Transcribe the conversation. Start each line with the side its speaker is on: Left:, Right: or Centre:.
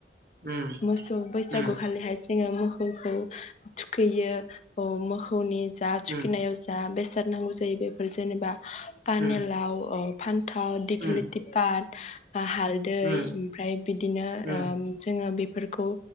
Right: उम उम
Left: मोसौ बैसागु
Right: उम
Left: खाालि हाय जोङो मोखौखौ थुखैयो मोखौनि जा थुखिनायाव
Right: उम
Left: जा बे साद नांगौ जायो बेफोर जेनेबा पानेलाव
Right: उम
Left: ओ फानथाव दिख्लिथिपाट
Right: उम
Left: बा हालदै
Right: उम
Left: ओमफ्राय बिदिनो
Right: उम
Left: ओ जोङो बे फोरखौ